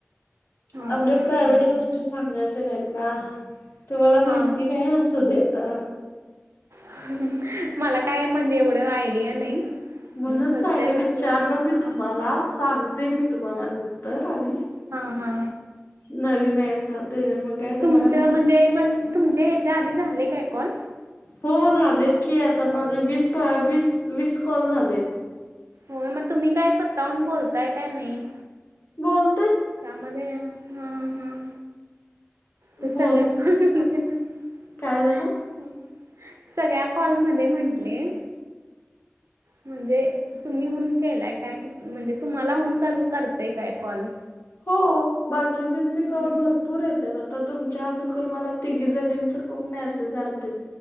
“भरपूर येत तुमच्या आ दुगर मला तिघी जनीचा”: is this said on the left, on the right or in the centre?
Left